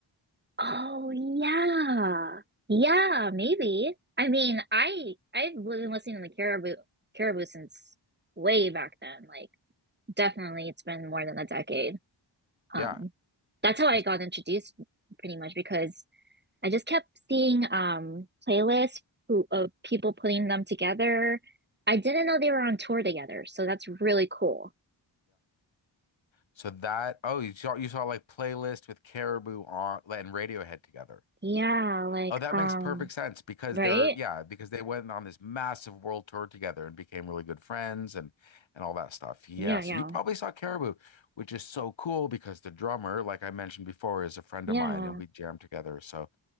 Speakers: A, on the right; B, on the left.
A: Oh yeah. Yeah, maybe. I mean, I I've been listening to the Caribou Caribou since way back then. Like definitely it's been more than a decade. Um,
B: Yeah,
A: that's how
B: because
A: I got introduced pretty much because I just kept seeing um playlists who, of people putting them together. I didn't know they were on tour together, so that's really cool.
B: So that oh you saw you saw like playlist with Caribou on and Radiohead together.
A: Yeah, like
B: Oh, that
A: um
B: makes perfect sense because
A: right?
B: they're yeah, because they went on this massive world tour together and became really good friends and and all that stuff. Yeah,
A: Yeah,
B: so
A: yeah.
B: you probably saw Caribou, which is so cool because the drummer, like I mentioned before, is a friend
A: Yeah.
B: of mine and we jammed together. So